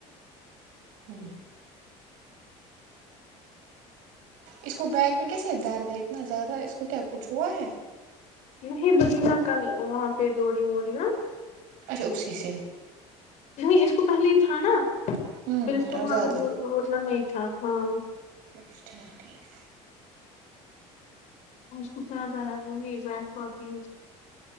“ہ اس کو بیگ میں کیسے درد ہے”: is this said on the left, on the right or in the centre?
Right